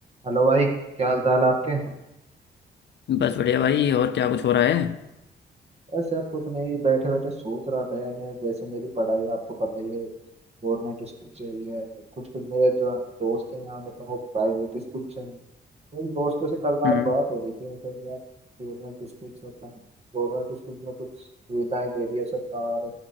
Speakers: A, on the right; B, on the left.
A: Hello भाई क्या हाल चाल है आपके
B: बस बढ़िया भाई और क्या कुछ हो रहा है
A: बस यार कुछ नहीं बैठे बैठे सोच रहा था यार मैं जैसे मेरी पढ़ाई आपको पता ही है गवर्नमेंट स्कूल से ही है कुछ कुछ मेरे जो दोस्त हैं यहाँ मतलब वो प्राइवेट स्कूल से हैं मेरे दोस्तों से कल रात
B: हम्म
A: बात हो रही थी मतलब कि यार गवर्नमेंट स्कूल मतलब गवर्नमेंट स्कूल में कुछ सुविधाएं दे रही है सरकार